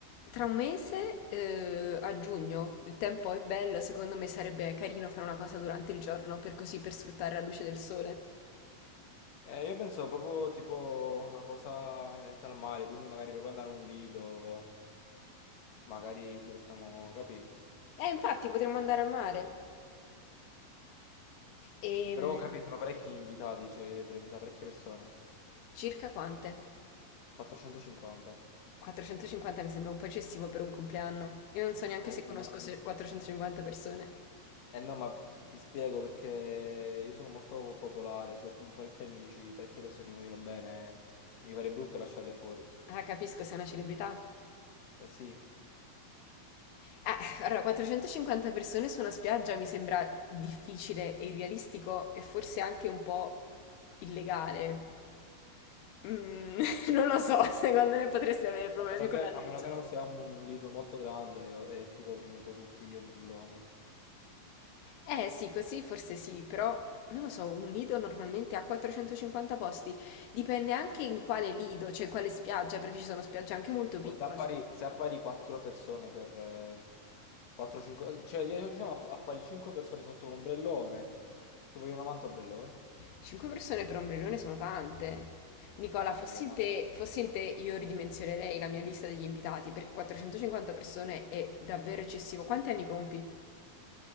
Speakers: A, on the left; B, on the left.
A: tra un mese, eh, a giugno, il tempo è bello, secondo me sarebbe carino fare una cosa durante il giorno, per così per sfruttare la luce del sole.
B: Eh, io penso proprio tipo una cosa inerente al mare, quindi magari proprio andare a un lido, magari ci facciamo, capì?
A: Eh, infatti, potremmo andare al mare. Ehm,
B: Però capì, sono parecchi invitati, cioè vorrei invitare parecchie persone.
A: circa quante?
B: 450.
A: 450 mi sembra un po' eccessivo per un compleanno. Io non so neanche
B: Eh
A: se
B: beh,
A: conosco
B: ma
A: se- 450 persone.
B: Eh no, ma ti spiego perché io sono molto popolare, cioè, ho parecchi amici, parecchie persone che mi vogliono bene, mi pare brutto lasciarle fuori.
A: Ah, capisco, sei una celebrità.
B: Eh sì,
A: Eh, allora, 450 persone su una spiaggia mi sembra difficile e irrealistico e forse anche un po' illegale. Mm, <laughs> non lo so, secondo me potresti avere problemi
B: a meno
A: con
B: che,
A: la
B: a
A: legge.
B: meno che non siamo un lido molto grande e, e tipo prendo tutti gli ombrelloni.
A: Eh sì, così forse sì, però non lo so, un lido normalmente ha 450 posti. Dipende anche in quale lido, cioè in quale spiaggia, perché ci sono spiagge anche molto
B: Boh,
A: piccole.
B: Se appari, se appari 4 persone per eh, 4-5, cioè diciamo app- appari 5 persone sotto un ombrellone, ci vogliono 90 ombrelloni,
A: Cinque persone per ombrellone sono tante. Nicola,
B: ma
A: fossi
B: capirà,
A: in te, fossi in te, io ridimensionerei la mia lista degli invitati perché 450 persone è davvero eccessivo. Quanti anni compi?